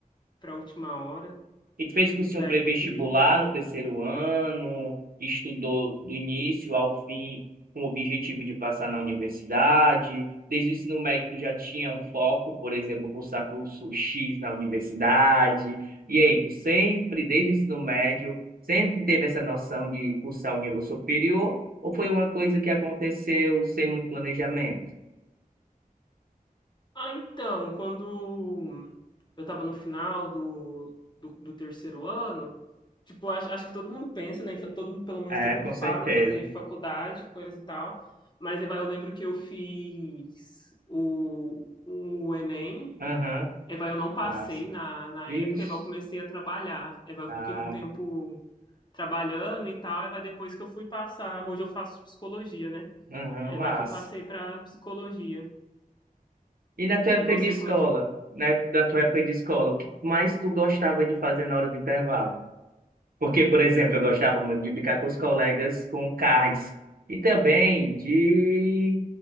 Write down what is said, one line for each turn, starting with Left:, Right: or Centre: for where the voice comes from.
Left: para última hora.
Right: E tu fez cursinho
Left: Daí
Right: pré-vestibular
Left: que.
Right: no terceiro ano, estudou do início ao fim com o objetivo de passar na universidade. Desde o ensino médio tu já tinha um foco, por exemplo, cursar curso X na universidade. E aí, tu sempre, desde o ensino médio, sempre teve essa noção de cursar o nível superior, ou foi uma coisa que aconteceu sem muito planejamento?
Left: Ah, então, quando eu estava no final do, do, do terceiro ano, tipo, acho, acho que todo mundo pensa, né? Todo, mundo- pelo menos
Right: É,
Left: todo mundo
Right: com certeza.
Left: fala em fazer faculdade, coisa e tal. Mas aí vai, eu lembro que eu fiz o, o Enem.
Right: Aham,
Left: Aí vai, eu não passei
Right: mas,
Left: na, na
Right: vixe,
Left: época, aí vai, eu comecei a trabalhar. Aí vai, eu
Right: ah,
Left: fiquei um tempo trabalhando e tal, e vai depois que eu fui passar, hoje eu faço psicologia, né?
Right: aham,
Left: É,
Right: mas.
Left: vai que eu passei para psicologia.
Right: E na tua época
Left: E você,
Right: de escola,
Left: como é que.
Right: né? Na tua época de escola, o que mais tu gostava de fazer na hora do intervalo? Porque, por exemplo, eu gostava muito de brincar com os colegas com cards e também de